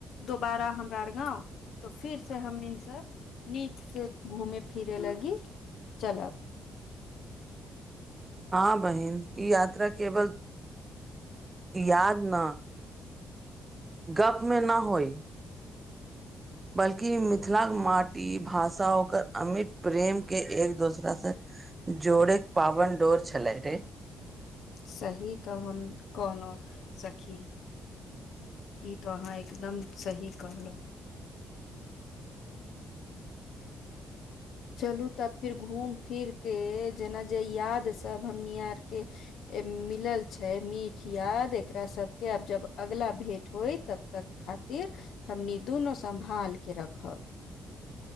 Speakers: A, on the left (about 75°); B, on the right (about 25°).
A: दोबारा हमरा आर गाँव तऽ फिर से हम इनसब नीक से घूमे फिरे लगी चलब
B: हँ बहिन ई यात्रा केवल याद न गप मे ना होइ बल्कि मिथिलाक के माटी भाषा ओकर अमिट प्रेम के एक दोसरा से जोड़ैक पावन डोर छलै रे
A: सही कहन कहलहु सखी ई तऽ अहाँ एकदम सही कहलौं चलू तब फिर घूमि फिरके जेना जे याद सब हमनी आरके मिलल छै मीठ याद एकरा सबके आब जब अगिल भेट होइ तब तक खातिर हमनी दुनू सम्भाल केऽ रखब